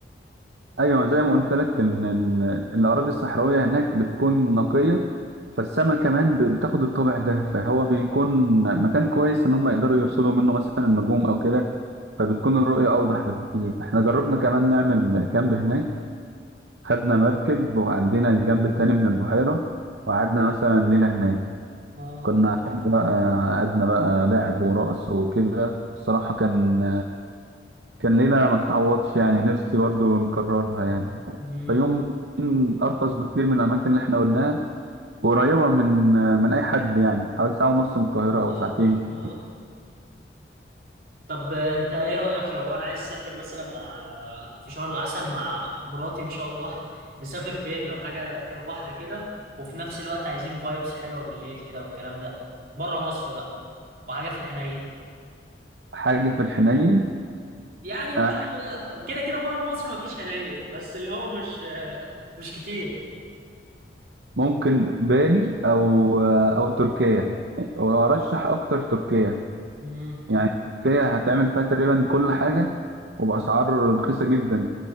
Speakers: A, on the right (about 70°); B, on the right (about 50°).
A: ايوه زي ما قلت لك ان إن الاراضي الصحراويه هناك بتكون نقيه فالسما كمان بتاخد الطابع ده فهو بيكون مكان كويس ان هم يقدروا يرصدوا منه مثلا النجوم او كده فبتكون الرؤيه اوضح بكتير احنا جربنا كمان نعمل كامب هناك خدنا مركب وعدينا الجنب التاني من البحيره وقعدنا مثلا ليله هناك
B: اه
A: كنا قعدنا بقى قعدنا بقى لعب ورقص وكده الصراحه كان كان ليله ما تتعوضش يعني نفسي برضو نكررها يعني
B: امم
A: الفيوم بتكون أرخص بكتير من الأماكن اللي إحنا قلناها وقريبة من من أي حد يعني حوالي ساعة ونص من القاهرة أو
B: اه
A: ساعتين
B: ما- اه طب انت ايه رأيك لو انا عايز اسافر مثلا مع في شهر العسل مع مراتي ان شاء الله <laughs> نسافر فين لو حاجة فيها بحر كده وفي نفس الوقت عايزين فايبس حلوة بالليل كده والكلام ده بره مصر بقى وحاجة في الحنين
A: حاجة في الحنين
B: يعني مش
A: أح-
B: كده كده بره مصر مفيش حنين بس اللي هو مش <laughs> مش كتير
A: ممكن بالي أو آه، أو تركيا وأرشح أكتر تركيا
B: امم
A: يعني تركيا هتعمل فيها تقريبا كل حاجة وبأسعار رخيصة جدا